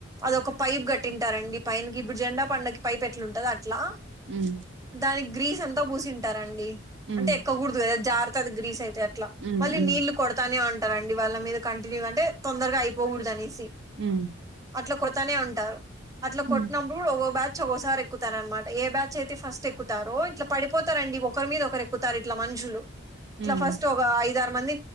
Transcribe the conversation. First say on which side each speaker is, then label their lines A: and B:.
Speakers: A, on the right; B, on the right.
A: అదొక పైప్ కట్టింటారండి పైనకి ఇప్పుడు జెండా పండక్కి పైప్ ఎట్లా ఉంటది అట్లా
B: మ్మ్
A: దానికి గ్రీస్ అంతా పూసింటారండి
B: హ్మ్
A: అంటే ఎక్కకూడదు కదా జారతది గ్రీస్ అయితే అట్లా
B: హ్మ్
A: మళ్ళీ
B: హ్మ్
A: నీళ్లు కొడతానే ఉంటారండి వాళ్ళ మీద కంటిన్యూగా అంటే తొందరగా అయిపోకూడదు అనేసి
B: హ్మ్
A: అట్లా కొడతానే ఉంటారు అట్లా
B: హ్మ్
A: కొట్టినం ఓగో బ్యాచ్ ఒకోసారి ఎక్కుతారనమాట ఏ బ్యాచ్ అయితే ఫస్ట్ ఎక్కుతారో ఇట్లా పడిపోతారండి ఒక్ ఒకరి మీద ఒకరు ఎక్కుతారు ఇట్లా మనుషులు ఇట్లా
B: హ్మ్
A: ఫస్ట్ ఓ ఐదారు మంది